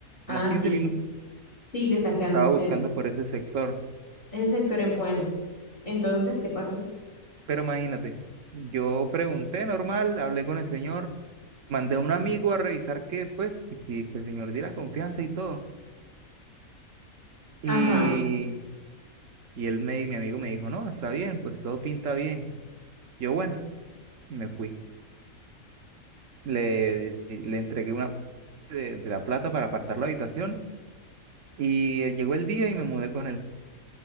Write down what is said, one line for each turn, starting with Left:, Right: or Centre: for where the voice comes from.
Left: Ah,
Right: como a 15
Left: sí.
Right: minutos.
Left: Sí, te estás quedando
Right: Estaba
Left: cerca.
Right: buscando por ese sector.
Left: Ese sector es bueno. Entonces, ¿qué pasa?
Right: Pero imagínate, yo pregunté normal, hablé con el señor, mandé a un amigo a revisar que, pues, que si que el señor diera confianza y todo. Y,
Left: Ajá.
Right: y él me, mi amigo me dijo, no, está bien, pues todo pinta bien. Yo, bueno, me fui. le, le entregué una parte de, de la plata para apartar la habitación y eh, llegó el día y me mudé con él.